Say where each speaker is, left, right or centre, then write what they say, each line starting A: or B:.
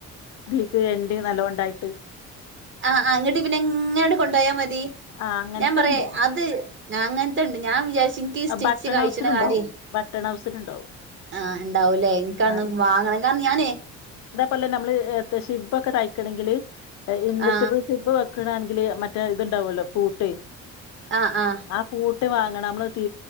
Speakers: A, on the left; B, on the right.
A: <unintelligible> എ നല്ലോണ്ടായിട്ട്
B: ആഹ് ആ അങ്ങോട്ട് പിന്നെ എങ്ങനെണ്ട് കൊണ്ടു പോയാ മതി
A: ആ അങ്ങനത്തെണ്ട്
B: ഞാൻ പറയാ അത് ഞാൻ അങ്ങനെത്തെ ഇണ്ട് ഞാൻ വിചാ ഇൻകേസ് സ്റ്റിച്ച്
A: ബട്ടൺ
B: കഴിച്ചണ
A: ഹൗസിലുണ്ടാവും
B: കാര്യ
A: ബട്ടൺ ഹൗസിലുണ്ടാവും
B: ആഹ ഇണ്ടാവൂല്ലേ എനിക്കൊന്ന്
A: ആ
B: വാങ്ങണം കാരണം ഞാനേ
A: ഇല്ല നമ്മള് ശിബ് ഒക്കെ തയ്ക്കണമെങ്കില് ഇൻവിസിബിൾ
B: ആ
A: സിബ് വെ പക്കണാണെങ്കില് മറ്റേ ഇതുണ്ടാവുമല്ലോ പൂട്ട്?
B: ആഹ് ആഹ്
A: ആ പൂട്ട് വാങ്ങണം നമ്മള് തീ